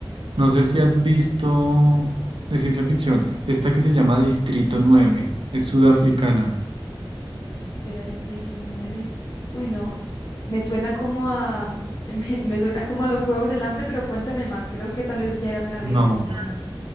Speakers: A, on the right; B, on the left.
A: No sé si has visto de ciencia ficción, esta que se llama Distrito Nueve es sudafricana.
B: Espera, Distrito nueve. Uy, no, me suena como a, <laughs> me, me suena como a los Juegos del Hambre, pero cuéntame más. Creo que tal vez ya, ya me la había
A: No.
B: visto, no sé.